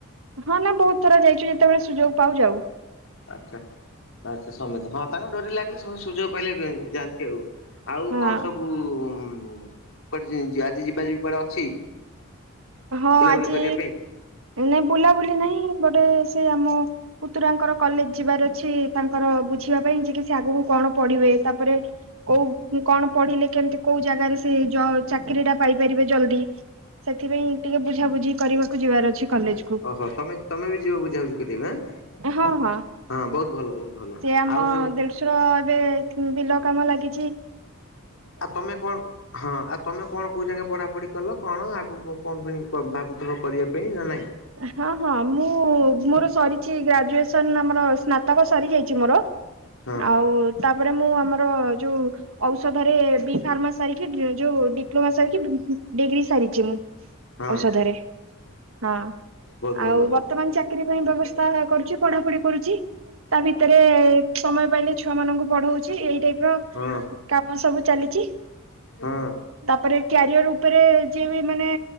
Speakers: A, on the right (about 75°); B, on the left (about 70°).
A: ହଁ ନା ବହୁତ ଥର ଯାଇଛୁ ଯେତେବେଳେ ସୁଯୋଗ ପାଉଛୁ ଆଉ।
B: ଆଚ୍ଛା ଆଚ୍ଛା ସମିିତ ହଁ। ତାଙ୍କ ଡୋରି ଲାଗିଲେ ସମସ୍ତେ ସୁଯୋଗ ପାଇଲେ ଯାଆନ୍ତି ଆଉ, ଆଉ
A: ହଁ
B: କଣ ସବୁ? କୁ ଉ କୁଆଡ଼େ ଯି ଆଜି ଯିବା ଯିବି କୁଆଡ଼େ ଅଛି?
A: ହଁ
B: ବୁଲାବୁଲି
A: ଆଜି
B: କରିବା ପାଇଁ?
A: ନାଇ ବୁଲାବୁଲି ନାହିଁ ଗୋଟେ ସେ ଆମ ପୁତୁରାଙ୍କର କଲେଜ ଯିବାର ଅଛି ତାଙ୍କର ବୁଝିବା ପାଇଁ ଯେ କି ସେ ଆଗକୁ କଣ ପଢ଼ିବେ, ତାପରେ କୋଉ କଣ ପଢ଼ିଲେ କେମିତି କୋଉ ଜାଗାରେ ସେ ଯ ଚାକିରି ଟା ପାଇପାରିବେ ଜଲଦି। ସେଥିପାଇଁ ଟିକେ ବୁଝାବୁଝି କରିବାକୁ ଯିବାର ଅଛି। କଲେଜ କୁ
B: ଓହୋ! ତମେ ତମେ ବି ଯିବ ବୁଝା ବୁଝି କରିଆକୁ ଏଁ?
A: ହଁ ହଁ।
B: ହଁ ବହୁତ ଭଲ ବହୁତ ଭଲ
A: ସେ ଆମ
B: ଆଉ ସବୁ
A: <unintelligible> ଏବେ ବିଲ କାମ ଲାଗି
B: ଆଉ ତମେ କଣ ହଁ ଆଉ ତମେ କଣ କୋଉ ଜାକେ ପଢ଼ାପଢ଼ି କଲ କଣ ଆଗକୁ କଣ ପାଇଁ ପ ଭାବୁଥିବ କରିଆ ପାଇଁ ନା ନାହିଁ?
A: ହଁ ହଁ ମୁଁ ମୋର ସରିଛି ଗ୍ରାଜୁଏସନ ଆମର ସ୍ନାତକ ସରି ଯାଇଛି ମୋର।
B: ହଁ
A: ଆଉ ତାପରେ ମୁଁ ଆମର ଯୋଉ ଔଷଧରେ ବି ଫାର୍ମା ସାରିକି ଯୋଉ ଡିପ୍ଲୋମା ସାରିକି ଡିଗ୍ରୀ ସାରିଛି ମୁଁ।
B: ହଁ
A: ଔଷଧରେ ହଁ
B: ବହୁତ
A: ଆଉ
B: ଭଲ
A: ବତ ର୍ତମାନ ଚାକିରୀ ପାଇଁ ବ୍ୟବସ୍ଥା କରୁଛି, ପଢ଼ାପଢ଼ି କରୁଛି ତା ଭିତେରେ ସମୟ ପାଇଲେ ଛୁଆ ମାନଙ୍କୁ ପଢ଼ଉଛି, ଏଇ ଟାଇପ୍ ର
B: ହଁ
A: କାମ ସବୁ ଚାଲିଚି।
B: ହଁ।
A: ତାପରେ କ୍ୟାରିଅର ଉପରେ ଯିଏ ବି ମାନେ